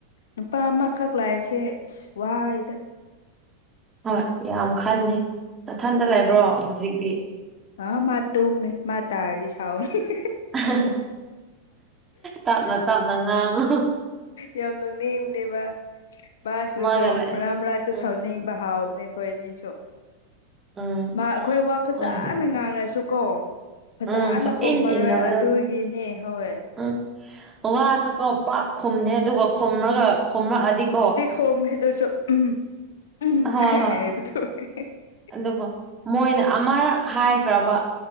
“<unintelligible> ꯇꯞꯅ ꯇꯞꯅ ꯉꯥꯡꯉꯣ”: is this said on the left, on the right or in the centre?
Right